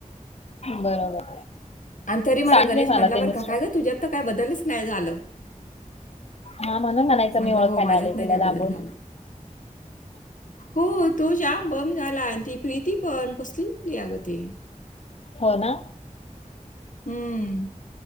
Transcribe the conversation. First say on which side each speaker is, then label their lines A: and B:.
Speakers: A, on the left (about 50°); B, on the left (about 70°).
A: बरोबर
B: आणि तरी मला
A: सांगितलंय
B: गणेश म्हटला
A: त्यांनीच
B: बरका का काय ग तुझ्यात तर काय बदलच नाही झाला
A: हा म्हणून म्हणायचं
B: आहे
A: मी ओळखायला
B: हो माझ्यात
A: आले तुला
B: नाही काय
A: लांबून
B: बदल झाला हो तो जाम बम झाला आणि ती प्रीती पण कसली हो अग ते
A: हो ना
B: हम्म